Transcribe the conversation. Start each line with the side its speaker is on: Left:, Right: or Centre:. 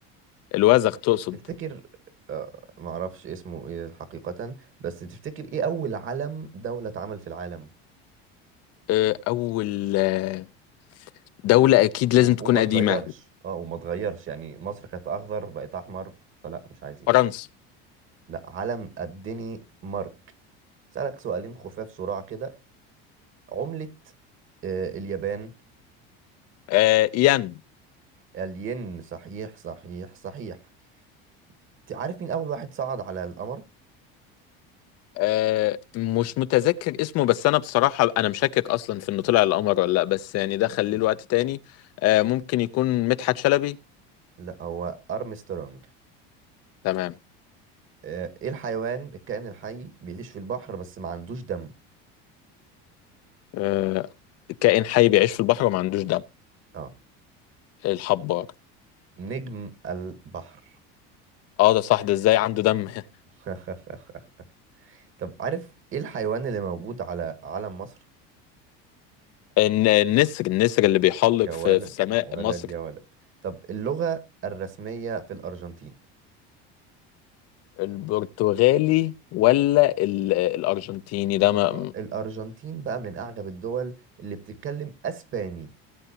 Left: الوزغ تقصد
Right: تفتكر آه، معرفش اسمه ايه حقيقة بس تفتكر ايه اول علم دولة اتعمل في العالم
Left: آه، اول آه، دولة اكيد
Right: وم-
Left: لازم تكون
Right: وما
Left: قديمة
Right: تغيرش اه وما تغيرش يعني مصر كانت اخضر بقت احمر فلا مش عايزين
Left: فرنسا
Right: لا علم قدني مارك سألك سؤالين خفاف سرعة كده عملة آه اليابان
Left: آه ين
Right: الين صحيح صحيح صحيح انت عارف مين اول واحد صعد على القمر
Left: آه مش متذكر اسمه بس انا بصراحة انا مشكك اصلا في انه طلع القمر ولا لا بس يعني ده خليه
Right: مم.
Left: لوقت تاني آه ممكن يكون مدحت شلبي
Right: لا هو ارمسترونج
Left: تمام
Right: آه ايه الحيوان الكائن الحي بيعيش في البحر بس ما عندوش دم
Left: آه، كائن حي بيعيش في البحر وما عندوش دم
Right: اه
Left: الحبار
Right: نجم البحر
Left: اه ده صح ده ازاي عنده دم <laughs>
Right: <laughs> طب عارف ايه الحيوان اللي موجود على علم مصر
Left: الن- النسر النسر اللي بيحلق
Right: يا
Left: في
Right: ولد
Left: في سماء
Right: يا ولد
Left: مصر
Right: يا ولد طب اللغة الرسمية في الأرجنتين
Left: البرتغالي ولا ال- الارجنتيني ده
Right: ال-
Left: ما
Right: الأرجنتين بقى من أعجب الدول اللي بتتكلم أسباني